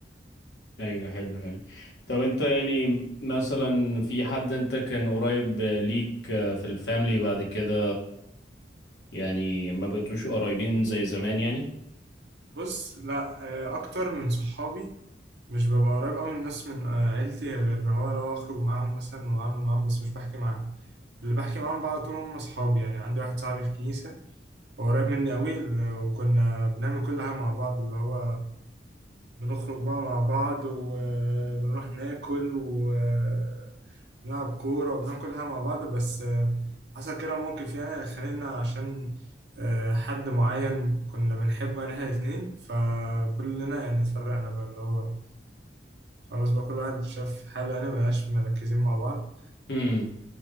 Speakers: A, on the left (about 75°); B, on the right (about 70°).
A: ايوه حلو حلو طب انت يعني مثلا في حد انت كان قريب ليك في الفاميلي بعد كده يعني ما بقيتوش قريبين زي زمان يعني
B: بص لا آه، اكتر من صحابي مش ببقى قريب أوي من الناس من آه، عيلتي غير هو لو أخرج معاهم مثلا وأعمل معاهم بس مش بحكي معاهم اللي بحكي معاهم بقى على طول هم أصحابي يعني عندي واحد صاحبي في كنيسة هو قريب مني أوي ل- وكنا بنعمل كل حاجة مع بعض اللي هو بنخرج بقى مع بعض وبنروح ناكل ونلعب كورة وبنعمل كل حاجة مع بعض بس آه، حصل كده موقف يعني خانقنا عشان آه، حد معين كنا بنحبه يعني احنا الاتنين فكلنا يعني اتفرقنا بقى اللي هو خلاص بقى كل واحد شاف حاله يعني مبقاش مركزين مع بعض
A: امم